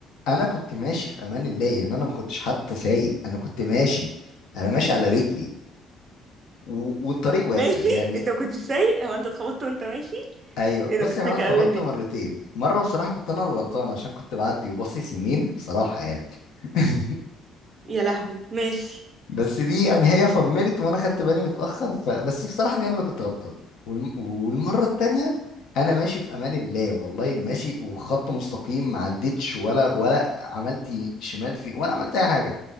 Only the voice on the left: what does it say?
انا كنت ماشي في امان الله يعني انا ما كنتش حتى سايق انا كنت ماشي انا ماشي على رجلي و... والطريق واسع
يعني
ايوه
بص
يعني انا اتخبطت
مرتين مره بصراحه كنت انا الغلطان عشان كنت بعدي وباصص يمين بصراحه يعني <laughs>
بس دي يعني هي فرملت وانا خدت بالي متاخر فبس بصراحه دي انا اللي كنت غلطان والم... والمره التانيه انا ماشي في امان الله والله ماشي وخط مستقيم ما عدتش ولا ولا عملت شمال فيه ولا عملت اي حاجه